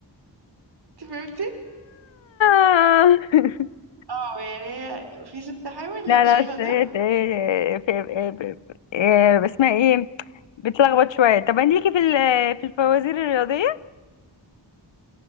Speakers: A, on the right; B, on the left.
A: انت فهمتي
B: <laughs>
A: اه يعني هي في ست حامل
B: لا لا
A: شايله
B: بس
A: طفل
B: هي آه، في آه، آه، اسمها ايه بتلخبط شوية طب انت ليكي في ال- في الفوازير الرياضية